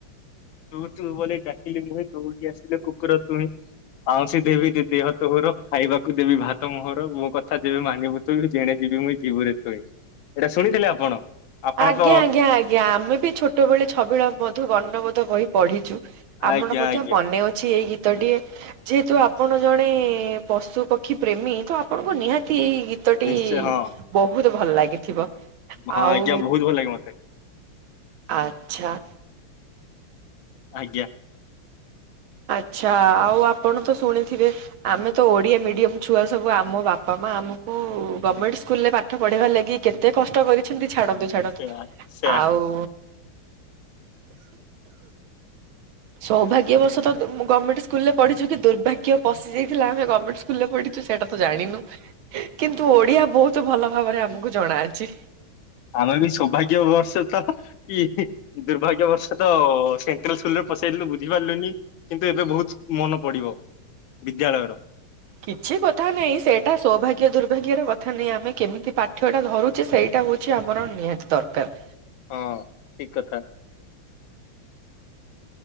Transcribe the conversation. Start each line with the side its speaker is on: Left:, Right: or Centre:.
Left: ତୁ ତୁ ବୋଲେ ଡାକିଲି ମୁହିଁ ଦଉଡ଼ି ଆସିଲୁ କୁକୁର ତୁହି। ଆଉଁସି ଦେବି ଦେ ଦେହ ତୋହର ଖାଇବାକୁ ଦେବି ଭାତ ମୋହର। ମୋ କଥା ଯେବେ ମାନିବୁ ତୁହି ଯେଣେ ଯିବି ମୁଁ ଯିବୁରେ ତୁହି। ଏଇଟା ଶୁଣିଥିଲେ ଆପଣ। ଆପଣ
Right: ଆଜ୍ଞା
Left: ତ
Right: ଆଜ୍ଞା ଆଜ୍ଞା ଆମେ ବି ଛୋଟ ବେଳେ ଛବିଳ ମଧୁ ବର୍ଣ୍ଣବୋଧ ବହି ପଢ଼ିଚୁ। ଆମର
Left: ଆଜ୍ଞା
Right: ମଧ୍ୟ
Left: ଆଜ୍ଞା
Right: ମନେ ଅଛି ଏଇ ଗୀ ଗୀତଟିଏ ଯେହେତୁ ଆପଣ ଜଣେ ପଶୁପକ୍ଷୀ ପ୍ରେମୀ ତ ଆପଣଙ୍କୁ ନିହାତି ଏଇ ଗୀ ଗୀତଟି
Left: ନିଶ୍ଚୟ ହଁ
Right: ବହୁତ ଭଲ ଲାଗିଥିବ।
Left: ହଁ
Right: ଆଉ
Left: ଆଜ୍ଞା ବହୁତ ଭଲ ଲାଗେ ମତେ।
Right: ଆଚ୍ଛା।
Left: ଆଜ୍ଞା।
Right: ଆଚ୍ଛା ଆଉ ଆପଣ ତ ଶୁଣିଥିବେ। ଆମେ ତ ଓଡିଆ ମିଡିମମ ଛୁଆ ସବୁ ଆମ ବାପା ମା ଆମକୁ ଗମେଣ୍ଟ ସ୍କୁଲରେ ପା ଠ ପଢିବାର ଲାଗି କେତେ କଷ୍ଟ କରିଛନ୍ତି ଛାଡନ୍ତୁ ଛାଡନ୍ତୁ
Left: ସେୟା ସେୟା
Right: ଆଉ ସୌଭାଗ୍ୟ ବର୍ଷ ତ ମୁଁ ଗମେଣ୍ଟ ସ୍କୁଲରେ ପଢିଛୁ ଦୁରଭାଗ୍ୟ ପଶି ଯାଇଥିଲା ଆମେ ଗମେଣ୍ଟ ସ୍କୁ ସ୍କୁଲରେ ପଢିଛୁ ସେଇଟା ତ ଜାଣିନୁ କିନ୍ତୁ ଓଡିଆ ବହୁତ ଭଲ ଭାବରେ ଆମକୁ ଜଣାଅଛି।
Left: ଆମେ ବି ସୌଭାଗ୍ୟ ବର୍ଷ ତ କି ଦୁର୍ଭାଗ୍ୟ ବର୍ଷ ତ ସେଣ୍ଟ୍ରାଲ ସ୍କୁଲରେ ପସାରିଲେ ତ ବୁଝି ପାରିଲୁିନି କିନ୍ତୁ ଏବେ ବହୁତ ମନ ପଡିବ ବିଦ୍ୟାଳୟର।
Right: କିଛି କଥା ନାଇଁ ସେଇଟା ସୌଭାଗ୍ୟ ଦୁର୍ଭାଗ୍ୟର କଥା ନାହିଁ ଆମେ କେମିତି ପାଠ୍ୟଟା ଧରୁଛେ ସେଇ ଏଇଟା ହଉଛି ଆମର ନିହାତି ଦରକାର।
Left: ହଁ ଠିକ କଥା।